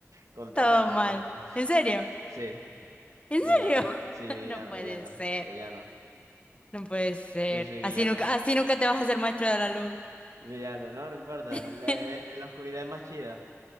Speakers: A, on the right (about 90°); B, on the left (about 25°).
A: Controla
B: Todo
A: el mundo.
B: mal. ¿En serio?
A: Sí,
B: ¿En
A: villano.
B: serio?
A: Sí,
B: <laughs>
A: villano,
B: No puede
A: villano,
B: ser.
A: villano.
B: No puede ser.
A: Yo soy villano.
B: Así nunca, así nunca te vas a hacer maestro de la luz.
A: Villano, no, no importa.
B: <laughs>
A: La, eh, la oscuridad es más chida.